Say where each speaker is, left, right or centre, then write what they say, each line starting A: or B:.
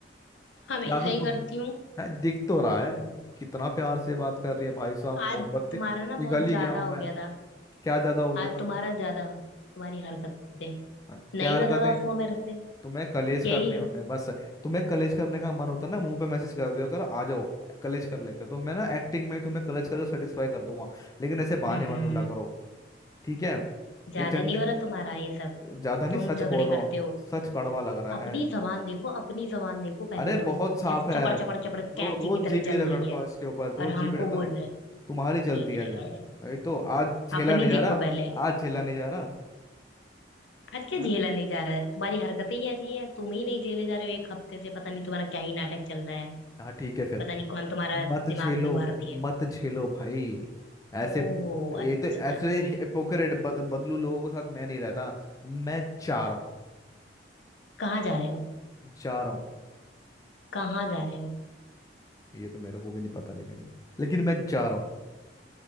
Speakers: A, on the left; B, on the left.
A: हमेशा
B: प्यार से
A: ही
B: तुम
A: करती हूँ
B: है, दिख तो रहा है कितना प्यार से बात कर रही है भाई साहब
A: आज
B: मोमबत्ती
A: तुम्हारा ना
B: पिघल
A: बहुत
B: ही
A: ज्यादा
B: गया हूं
A: हो
B: मैं
A: गया था
B: क्या ज्यादा हो गया
A: आज
B: था
A: तुम्हारा ज्यादा तुम्हारी हरकतें
B: हाँ, क्या
A: नहीं
B: हरकतें
A: बर्दाश्त हुआ मेरे से
B: तुम्हें कलेज
A: यही
B: करने होते हैं बस तुम्हें कलेज करने का मन होता है ना मुंह पे मैसेज कर दियो कर आ जाओ कलेज कर लेते हैं तो मैं ना एक्टिंग में तुम्हें कलेज करके सेटिस्फाई कर दूंगा लेकिन ऐसे बहाने
A: हम्म
B: मत ढूंढा करो ठीक है
A: ज्यादा
B: ये चंडे
A: नहीं हो रहा तुम्हारा ये सब
B: ज्यादा नहीं
A: तुम
B: सच
A: झगड़े
B: बोल रहा
A: करते
B: हूँ
A: हो
B: सच कड़वा लग रहा
A: अपनी
B: है
A: जबान देखो अपनी जबान देखो पहले
B: अरे बहुत
A: तुम
B: साफ
A: कैसे
B: है
A: चपड़
B: रो,
A: चपड़ चपड़ कैंची
B: रोज
A: की तरह
B: जीबी
A: चल
B: रगड़ता
A: रही है
B: हूँ इसके ऊपर रोज
A: और
B: जीबी
A: हमको
B: रहता
A: बोल
B: हूँ
A: रहे
B: तुम्हारी
A: जी
B: चलती
A: भी
B: है
A: रहेगा
B: जय वही तो आज झेला
A: अपनी
B: नहीं जा
A: देखो
B: रहा
A: पहले
B: आज झेला नहीं जा रहा
A: आज क्या
B: हैं?
A: झेला नहीं जा रहा है तुम्हारी हरकतें ही ऐसी हैं तुम ही नहीं झेले जा रहे हो एक हफ्ते से पता नहीं तुम्हारा क्या ही नाटक चल रहा है
B: हाँ ठीक है फिर
A: पता नहीं कौन तुम्हारा
B: मत झेलो
A: दिमाग में भर दिए
B: मत झेलो भाई ऐसे
A: ओह
B: ये
A: अच्छा
B: तो ऐसे हिपोक्रेट बद, बदलू लोगों के साथ मैं नहीं रहता मैं जा रहा हूँ
A: कहाँ जा रहे हो
B: जा रहा हूँ
A: कहाँ जा रहे हो
B: ये तो मेरे को भी नहीं पता लेकिन लेकिन मैं जा रहा हूँ